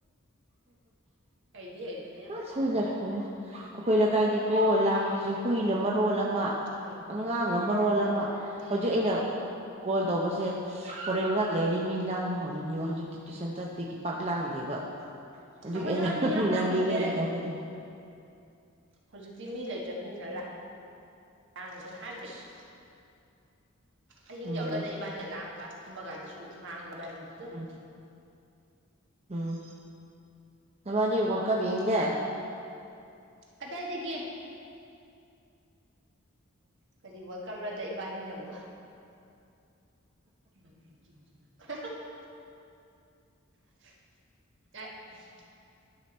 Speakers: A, on the right; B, on the right.
A: ꯍꯩꯗꯤ ꯍꯩꯕꯅꯦ ꯌꯥꯝꯅ
B: ꯑꯩꯈꯣꯏ ꯂꯩꯀꯥꯏꯗꯤꯀꯣ ꯂꯥꯡꯕꯁꯦ ꯍꯨꯏꯅ ꯃꯔꯣꯜ ꯑꯃ
A: ꯎꯝ
B: ꯑꯉꯥꯡ ꯃꯔꯣꯜ ꯑꯃ
A: ꯎꯝ
B: ꯍꯧꯖꯤꯛ ꯑꯩꯅ ꯀꯣꯜ ꯇꯧꯕꯁꯦ ꯍꯣꯔꯦꯟ ꯉꯍꯥꯛ ꯂꯩꯔꯗꯤ ꯃꯤ ꯂꯥꯡꯕ ꯍꯧꯔꯅꯦꯕ ꯍꯧꯖꯤꯛꯀꯤ ꯇꯨꯏꯁꯟ ꯆꯠꯄꯥꯒꯤ ꯄꯥꯛ ꯂꯥꯡꯗꯦꯕ <unintelligible> ꯑꯗꯨꯒꯤ
A: ꯑꯩꯈꯣꯏꯁꯨ
B: ꯑꯩꯅ
A: ꯍꯥꯟꯗꯤ ꯌꯥꯝ
B: ꯉꯜꯂꯤꯉꯩꯗ
A: ꯂꯥꯡꯂꯝꯃꯦ
B: ꯇꯧꯒꯦ ꯇꯧꯕ
A: ꯍꯧꯖꯤꯛꯇꯤ ꯃꯤ ꯂꯩꯇ꯭ꯔꯕꯅꯤꯅ ꯂꯥꯛ ꯑꯔꯤ ꯍꯥꯔꯕꯤꯁ ꯑꯍꯤꯡ
B: ꯎꯝ
A: ꯌꯥꯎꯔꯅ ꯏꯕꯥꯅ ꯂꯥꯡꯕ ꯇꯨꯝꯕ ꯀꯥꯟꯗꯁꯨ ꯉꯥꯡꯕ ꯂ ꯍꯤꯟꯗꯤꯗ
B: ꯎꯝ
A: <unintelligible>
B: ꯎꯝ ꯅꯃꯅꯤ ꯋꯥꯔꯜ ꯀꯞ ꯌꯦꯡꯗꯦ
A: ꯑꯗꯥꯏꯗꯒꯤ ꯀꯔꯤ ꯋꯥꯔꯜ ꯀꯞꯔꯗ ꯏꯕꯥꯅꯤꯅꯕꯨ <unintelligible> <unintelligible>